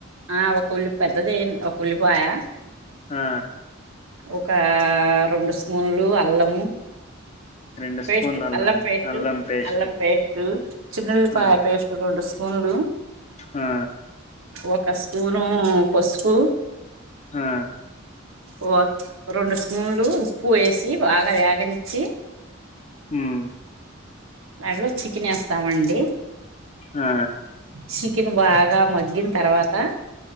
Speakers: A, on the right; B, on the left.
A: ఆ ఒక ఉల్లి పెద్దదేయన్ ఒక ఉల్లిపాయా
B: ఆ
A: ఒకా రొండు స్పూన్లు అల్లము
B: రెండు
A: పేస్ట్
B: స్పూన్ల
A: అల్లం పేస్ట్
B: అల్లం పేస్ట్
A: అల్లం పేస్ట్ చిన్నుల్లిపాయ
B: ఆ
A: పేస్ట్ రొండు స్పూన్లు
B: ఆ
A: ఒక స్పూనూ పసుపు
B: ఆ
A: ఓ రొండు స్పూన్లు ఉప్పు వేసి బాగా వేగనిచ్చి
B: ఉమ్
A: దాంట్లో చికెన్ ఏస్తామండి.
B: ఆ
A: చికెన్ బాగా మగ్గిన్ తర్వాత